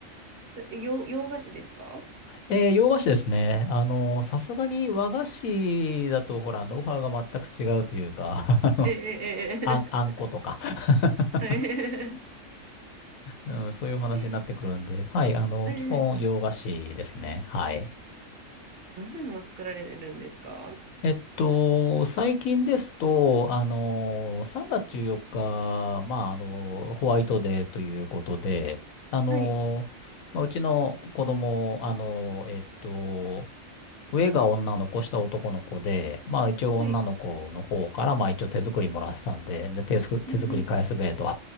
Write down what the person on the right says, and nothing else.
それ、洋、洋菓子ですか
えええ
えええはい。え
ー、
えー、
どんなもの作られるんですか
はい。
はい。
うんうん。